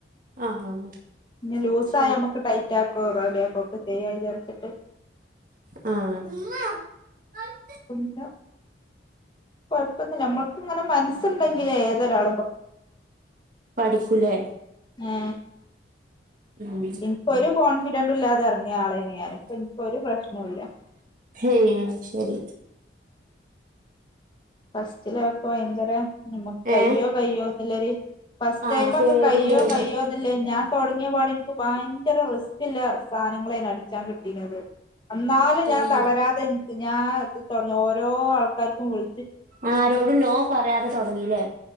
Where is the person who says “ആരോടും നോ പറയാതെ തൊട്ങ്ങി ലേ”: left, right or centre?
Right